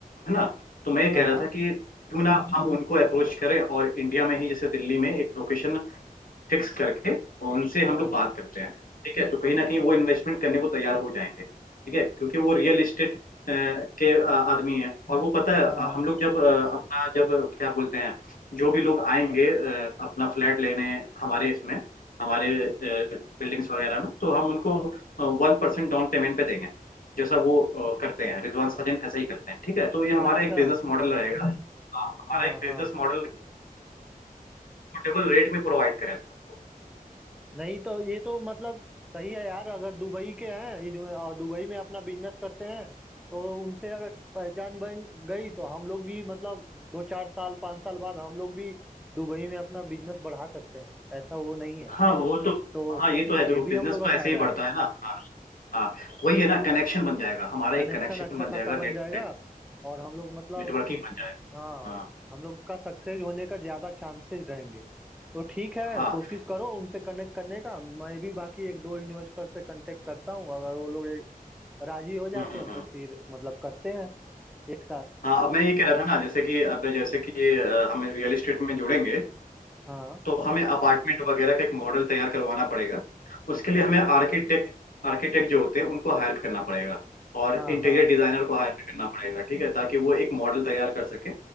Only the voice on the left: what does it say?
है ना तो मैं ये कह
रहा था कि क्यों ना हम उनको अप्रोच करें और इंडिया में ही जैसे दिल्ली में एक लोकेशन फिक्स करके वो उनसे हम
लोग बात करते हैं ठीक है तो कहीं ना कहीं वो इन्वेस्टमेंट करने को तैयार हो जाएंगे ठीक है क्योंकि वो रियल इस्टेट के अ, आदमी हैं और वो पता है
अ, हम लोग जब अ, अपना जब क्या बोलते हैं जो भी लोग आएंगे अ, अपना फ्लैट लेने हमारे इसमें हमारे बिल्डिंग्स वगैरह में तो हम उनको वन परसेंट डाउन पेमेंट पे देंगे जैसा वो अ, करते हैं रिजवान सजन ऐसा ही करते हैं ठीक है तो ये हमारा
एक बिजनेस मॉडल रहेगा हाँ, हमारा
एक
बिजनेस मॉडल पोर्टेबल रेट में प्रोवाइड करें सबको
हाँ वो तो
हाँ ये तो है
देखो
बिजनेस
तो ऐसे
ही बढ़ता
है ना हाँ हाँ वही है ना कनेक्शन बन जाएगा हमारा
एक कनेक्शन
बन
जाएगा
नेट
नेट
नेटवर्किंग बन जाएगा
हाँ
हाँ
हम्म हम्म
हम्म।
हाँ अब मैं ये कह रहा था ना जैसे कि अब जैसे कि अ, हम रियल एस्टेट में जुड़ेंगे
तो हमें अपार्टमेंट वगैरह का एक मॉडल तैयार करवाना पड़ेगा उसके लिए हमें आर्किटेक्ट आर्किटेक्ट जो होते हैं उनको हायर करना पड़ेगा और
इंटीरियर
डिजाइनर को हायर करना पड़ेगा ठीक है ताकि वो एक मॉडल तैयार कर सके